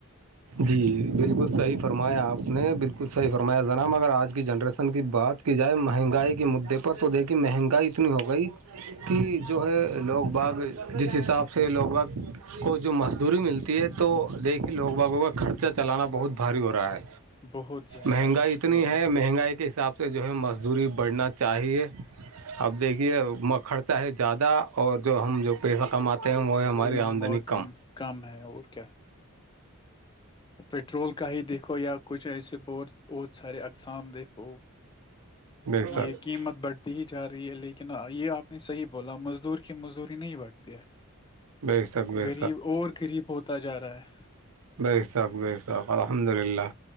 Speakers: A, on the right; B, on the left.
A: جی بالکل صحیح فرمایا آپ نے بالکل صحیح فرمایا جناب اگر آج کی جنریسن کی بات کی جائے مہنگائی کے مدے پر تو دیکھییں مہنگائی اتنی ہو گئی <unintelligible> کہ جو ہے لوگ باغ جس حساب سے لوگ باغ <unintelligible> کو جو مزدوری ملتی ہے تو دیکھیں لوگ باابوں کا خرچہ چلانا بہت بھاری ہو رہا ہے
B: بہت زیادہ
A: مہنگائی
B: مشکل
A: اتنی
B: ہو رہا
A: ہے مہنگائی کے حساب سے <unintelligible> سے جو ہے مزدوری بڑھنا چاہیے اب دیکھیے مکھڑتا ہے زیادہ اور جو ہم جو <unintelligible> پیسہ کماتے ہیں وہ ہے ہماری
B: ہوں
A: آمدنی
B: اور
A: کم
B: کم ہے اور کیا پٹرول کا ہی دیکھو یا کچھ ایسے بہت بہت سارے اقسام دیکھو
A: بے شک
B: یہ قیمت بڑھ ہی جا رہی ہے لیکن یہ آپ نے صحیح بولا مزدور کی مزدوری نہیں بڑھتی ہے
A: بے شک بے
B: غریب اور غریب ہوتا جا رہا ہے
A: بسخ ب شخ الحمد للہ